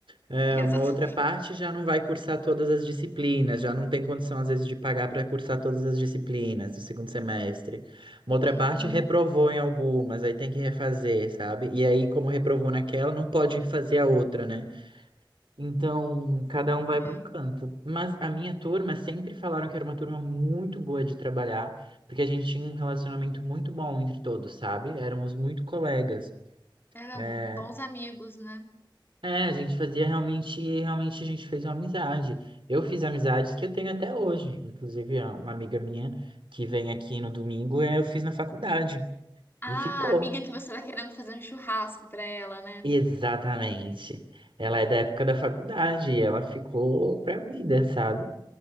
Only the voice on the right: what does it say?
É,
uma outra parte já não vai cursar todas as disciplinas, já não tem condição, às vezes, de pagar para cursar todas as disciplinas do segundo semestre. Uma outra
parte reprovou em algumas, aí tem que refazer, sabe? E aí, como reprovou naquela, não pode fazer a outra, né? Então, cada um vai
para um canto. Mas a minha turma sempre falaram que era uma turma muito boa de trabalhar, porque a gente tinha um relacionamento muito bom entre todos, sabe? Éramos muito colegas.
É,
é, a gente fazia realmente, realmente a gente fez uma amizade. Eu fiz amizades que eu tenho até hoje. Inclusive, ó, uma amiga minha que vem aqui no domingo, eh, eu fiz na faculdade.
E ficou.
Exatamente. Ela é da época da faculdade e ela ficou pra vida, sabe?